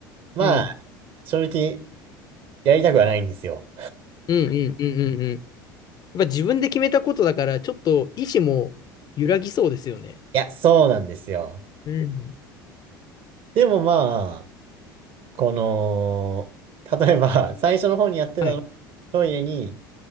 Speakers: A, on the right; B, on the left.
A: まあ、
B: うん。
A: 正直、やりたくはないんですよ。
B: うんうんうんうんうん。やっぱ自分で決めたことだから、ちょっと意志も揺らぎそうですよね。
A: いや、そうなんですよ。
B: うん。
A: でもまあ、この、例えば、最初の方にやってたのは、
B: はい。
A: トイレに、